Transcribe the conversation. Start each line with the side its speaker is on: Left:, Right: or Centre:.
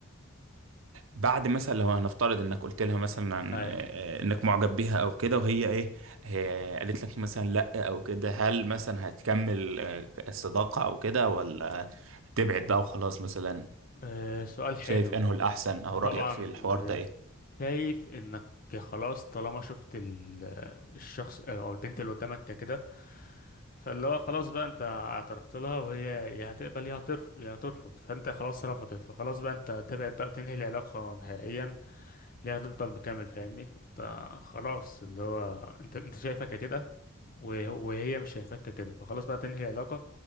Right: بعد مثلا لو هنفترض انك قلت لها مثلا
Left: أي.
Right: آه، آه، انك معجب بيها او كده وهي ايه آه، قالت لك مثلا لا او كده هل مثلا هتكمل آه، الصداقه او كده ولا تبعد بقى وخلاص مثلا
Left: آه، سؤال حلو
Right: شايف انه الاحسن
Left: وطبعا
Right: او رايك في الحوار ده ايه
Left: شايف انك خلاص طالما شفت ال- الشخص آه، او البنت اللي قدامك كده فاللي هو خلاص بقى انت اعترفت لها وهي يا هتقبل يا هترفض يا هترفض فانت خلاص رفضت فخلاص بقى انت تبعد بقى تنهي العلاقة نهائيا ليه هتفضل مكمل فاهمني انت خلاص اللي هو انت انت شايفك كده وه- وهي مش شايفاك كده فخلاص بقى تنهي العلاقة